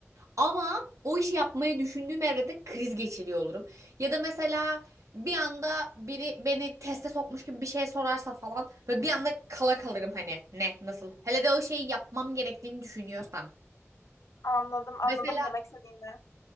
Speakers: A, on the right (about 85°); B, on the left (about 80°).
A: Ama o işi yapmayı düşündüğüm evrede kriz geçiriyor olurum. Ya da mesela bir anda biri beni teste sokmuş gibi bir şey sorarsa falan ve bir anda kala kalırım hani ne nasıl. Hele de o şeyi yapmam gerektiğini düşünüyorsam.
B: Anladım, anladım
A: Mesela
B: demek istediğini.